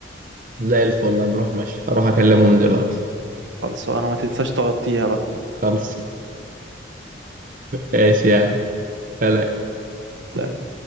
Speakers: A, on the right (about 45°); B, on the right (about 75°).
A: زي الفل هنروح ماشي هروح اكلمهم دلوقتي
B: خلص انا ما تنساش تغطيها بقى
A: خلص <laughs> ماشي يا عم سلام.
B: سلام